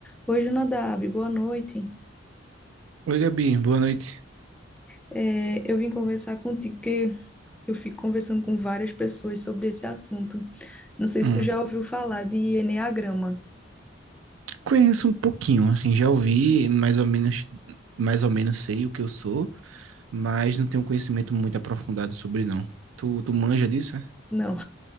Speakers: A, in the centre; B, on the right.
A: Oi, Jonadab, boa noite.
B: Oi, Gabi, boa noite.
A: É, eu vim conversar contigo porque eu fico conversando com várias pessoas sobre esse assunto. Não sei
B: Hum,
A: se tu já ouviu falar de eneagrama.
B: Conheço um pouquinho, assim, já ouvi mais ou menos, mais ou menos sei o que eu sou, mas não tenho conhecimento muito aprofundado sobre, não. Tu, tu manja disso, é?
A: Não,